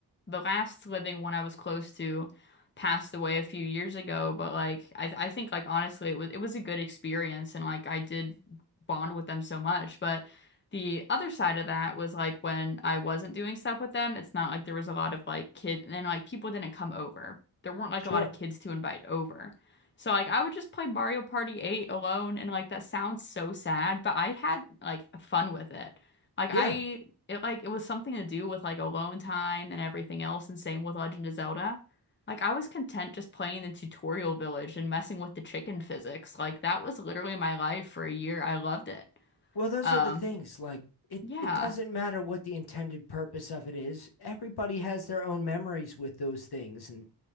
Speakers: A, on the left (about 25°); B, on the left (about 65°).
A: the last living one I was close to passed away a few years ago, but like I I think like honestly it was it was a good experience and like I did bond with them so much. But the other side of that was like when I wasn't doing stuff with them, it's not like there was a lot of like kids and like people didn't come over. There weren't like
B: Sure.
A: a lot of kids to invite over. So like I would just play Mario Party 8 alone and like that sounds so sad, but I had like fun with it. Like
B: Yeah.
A: I it like it was something to do with like alone time and everything else and same with Legend of Zelda. Like I was content just playing the tutorial village and messing with the chicken physics. Like that was literally my life for a year. I loved it.
B: Well, those
A: Um
B: are the things like it
A: yeah.
B: it doesn't matter what the intended purpose of it is. Everybody has their own memories with those things and